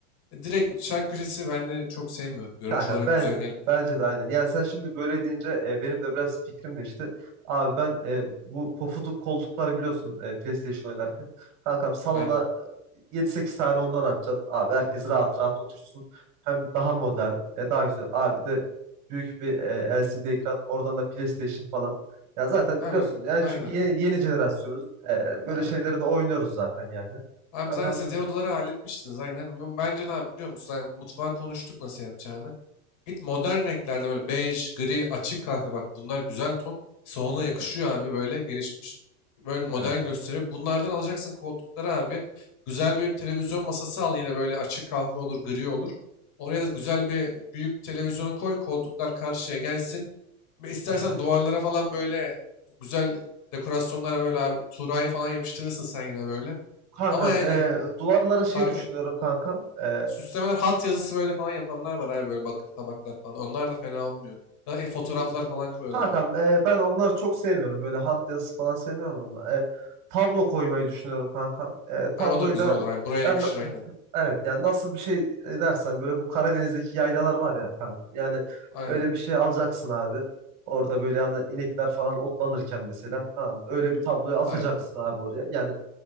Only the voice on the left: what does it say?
direkt şark köşesi ben de çok sevmiyorum. Görünüş
olarak
güzel gelmiyor.
Aynen.
Abi
aynen
abi.
Abi
zaten siz
diğer odaları halletmiştiniz aynen. B- Bence ne yap biliyor musun? Yani mutfağı konuştuk nasıl yapacağını. Git modern renklerde böyle bej, gri, açık kahve bak bunlar güzel ton. Salona
yakışıyor abi böyle gelişmiş. Böyle modern
gösteriyor. Bunlardan alacaksın koltukları abi. Güzel bir televizyon masası al yine böyle açık kahve olur, gri olur. Oraya da güzel bir büyük televizyonu koy. Koltuklar karşıya gelsin. Ve İstersen
duvarlara falan böyle güzel dekorasyonlara böyle abi Tuğra'yı falan yapıştırırsın sen yine böyle.
Ama yani
fark
e-
süslemeler hat yazısı böyle falan yapanlar var abi böyle bakır tabaklar falan. Onlar da fena olmuyor. Ya, e, fotoğraflar
falan koyuyorlar
böyle.
Ay o da güzel
olur. Aynen. Buraya
yakışır aynen.
Aynen.
Aynen. anladım.